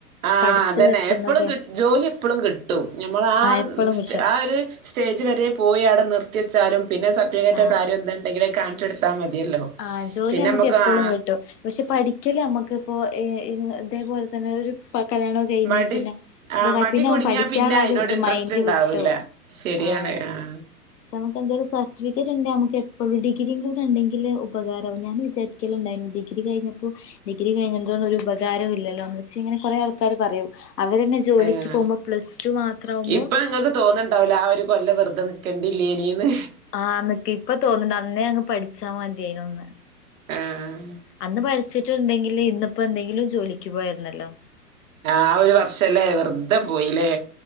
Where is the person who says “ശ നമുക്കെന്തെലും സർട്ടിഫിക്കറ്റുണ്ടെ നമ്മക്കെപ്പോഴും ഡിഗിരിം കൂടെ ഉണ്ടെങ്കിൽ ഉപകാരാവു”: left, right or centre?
Left